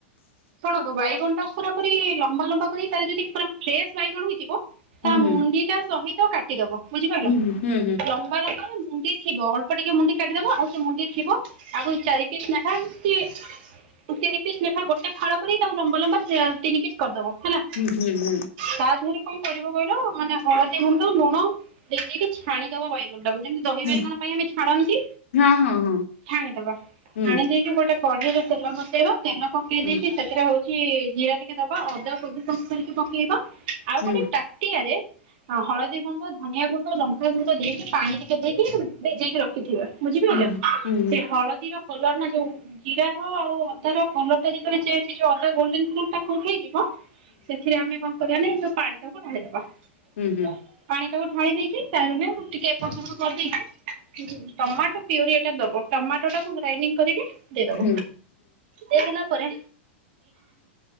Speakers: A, on the right; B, on the left.
A: ଶୁଣନ୍ତୁ ବାଇଗଣ ପୁରା ପରି ଲମ୍ବା ଲମ୍ବା କରି ତାଲେ ଯଦି ପୁରା ଫ୍ରେଶ ବାଇଗଣ ହେଇଯିବ
B: ହୁଁ
A: ତା
B: ହୁଁ
A: ମୁଣ୍ଡି ଟା ସହିତ ତ କାଟିଦବ ବୁଝିପାରିଲ
B: ହୁଁ ହୁଁ
A: ଲମ୍ବା ଲମ୍ୱା ମୁଣ୍ଡି ଥିବ ଅଳ୍ପ ଟିକେ ମୁଣ୍ଡି କାଟିଦବା ଆଉ ସେ ମୁଣ୍ଡି ଥିବ ଆଉ ଚାରି ପିସ୍ ନେଖା କି ତିନି ପିସ୍ ନେଖା ଗୋଟେ ଫାଳ କରି ତାକୁ ଲମ୍ବା ଲମ୍ବା ତିନି ପିସ୍ କରିଦବ। ହେଲା
B: ହୁଁ ହୁଁ ହୁଁ
A: ତା ଦେହରେ କଣ କରିବ କହିଲ ମାନେ ହଳଦୀ ଗୁଣ୍ଡ ଲୁଣ ଦେଇ ଦେଇକି ଛାଣି ଦବ ବାଇଗଣ ଟାକୁ ଯେମତି ଦହି
B: ହୁଁ
A: ବାଇଗଣ ପାଇଁ ଆମେ ଛାଣନ୍ତି
B: ହଁ ହଁ ହଁ
A: ଛାଣିଦବା
B: ହୁଁ
A: ଛାଣି ଦେଇକି ଗୋଟେ କଢେଇ ରେ ତେଲ ବସେଇବା ତେଲ ପକେଇ
B: ହୁଁ
A: ଦେଇକି ହଉଛି ଜିରା ଟିକେ ଦବା ଅଦା କଦୁ କସ୍ କରିକି ପକେଇବା। ଆଉ
B: ହୁଁ
A: ଗୋଟେ
B: ହୁଁ
A: ତାଟିଆରେ ହଳଦୀ ଗୁଣ୍ଡ ଧନିଆ ଗୁଣ୍ଡ ଲଙ୍କା ଗୁଣ୍ଡ ଦେଇକି ପାଣି ଟିକେ ଦେଇଦବ ଭିଜେଇକି ରଖିଥିବା ବୁଝିପାରିଲ
B: ହୁଁ ହୁଁ
A: ସେ ହଳଦୀର କଲର ନା ଯୋଉ ଜିରା ର ଆଉ ଅଦା ର କଲର ଟା ଯେତେବେଳେ ଚେଞ୍ଜ ସେ ଯୋଉ ଅଦା ଗୋଲଡନ କଲର ଟା କୁକ୍ ହେଇଯିବ। ହଁ ସେଥିରେ ଆମେ କଣ? କରିବା ନା ଯଉ ପାଣି ଟାକୁ ଢାଳିଦବା। ପାଣି
B: ହୁଁ ହୁଁ ହୁଁ ହୁଁ ହୁଁ ହୁଁ ହୁଁ ହୁଁ ହୁଁ ହୁଁ
A: ପାଣି ଟାକୁ ଢାଳି ଦେଇକି ପାଣି ରେ ଟିକେ ଏପଟ୍ ସେପଟ କରିଦେଇକି? ଟମାଟୋ କୁ ପିୟୁରି ଏଇଟା ଦବ ଟମାଟୋ ଟାକୁ ଗ୍ରାଇଣ୍ଡି କରିକି ଦେଇଦବ
B: ହୁଁ ହୁଁ ହୁଁ ହୁଁ ହୁଁ
A: ଦେଇଦେଲା ପରେ